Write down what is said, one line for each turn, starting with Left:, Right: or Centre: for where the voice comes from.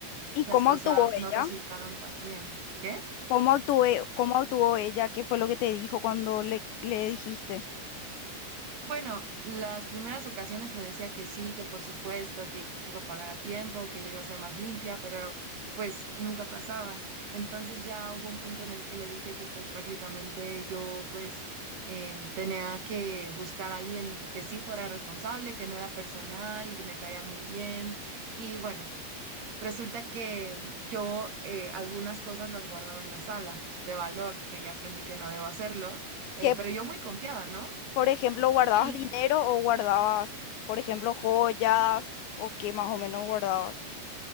Left: ¿Y
Right: las
Left: cómo
Right: cosas
Left: actuó ella?
Right: no resultaron tan bien. ¿Qué?
Left: ¿Cómo actué, cómo actuó ella? ¿Qué fue lo que te dijo cuando le, le dijiste?
Right: Bueno, las primeras ocasiones me decía que sí, que por supuesto, que iba a pagar a tiempo, que ya iba a ser más limpia, pero pues nunca pasaba. Entonces ya hubo un punto en el que le dije que pues prácticamente yo pues em, tenía que buscar a alguien que sí fuera responsable, que no era personal, que me caía muy bien. Y bueno, resulta que yo eh, algunas cosas las guardaba en la sala de valor, que ya aprendí que no debo hacerlo, eh,
Left: Que,
Right: pero yo muy confiada, ¿no?
Left: por ejemplo, guardabas
Right: Y
Left: dinero o guardabas, por ejemplo, joyas o qué más o menos guardabas.